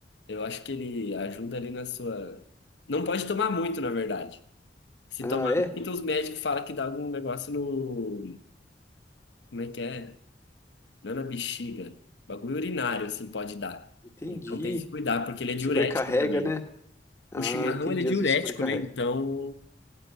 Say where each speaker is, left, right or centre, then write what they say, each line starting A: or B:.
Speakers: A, on the left; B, on the left.
A: Eu acho que ele ajuda ali na sua. Não pode tomar muito, na verdade. Se
B: Ah,
A: tomar
B: é?
A: muito, os médicos falam que dá algum negócio no. Como é que é? Não é na bexiga. Bagulho urinário, assim, pode dar.
B: Entendi.
A: Então tem que cuidar, porque ele é diurético
B: Sobrecarrega,
A: também.
B: né? Ah,
A: O chimarrão,
B: entendi,
A: ele é diurético,
B: às vezes sobrecarrega.
A: né? Então